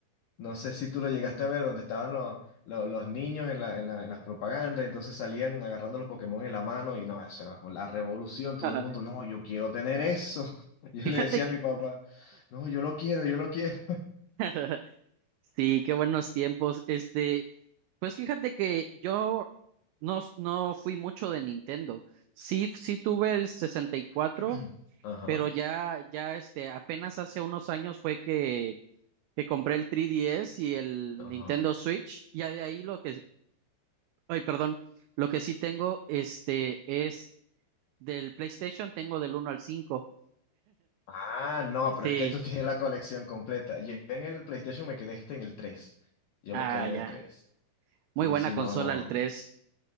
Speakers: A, on the left; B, on the right.
A: No sé si tú lo llegaste a ver, donde estaban los, los, los niños en la, en la- en las propagandas, entonces salían agarrando los Pokémon en la mano y no, eso era la revolución, todo
B: <laughs>
A: el mundo, no, yo quiero tener eso. <laughs> Yo
B: fíjate
A: le decía a
B: que...
A: mi papá, no, yo lo quiero, yo lo quiero.
B: <laughs> Sí, qué buenos tiempos. Este, pues fíjate que yo no, s- no fui mucho de Nintendo. Sí, sí tuve el sesenta y cuatro,
A: <clears throat> Ajá,
B: pero ya, ya este, apenas hace unos años fue que, que compré el 3DS y el
A: ajá.
B: Nintendo Switch. Ya de ahí lo que, ay, perdón, lo que sí tengo, este, es del PlayStation, tengo del uno al 5.
A: Ah, no, pero
B: Sí,
A: es que tú <laughs> tienes la colección completa. Yo en el PlayStation me quedé este en el tres. Yo
B: ah,
A: me quedé en
B: ya.
A: el 3.
B: Muy
A: Sí,
B: buena
A: sí,
B: consola
A: no, no.
B: el 3.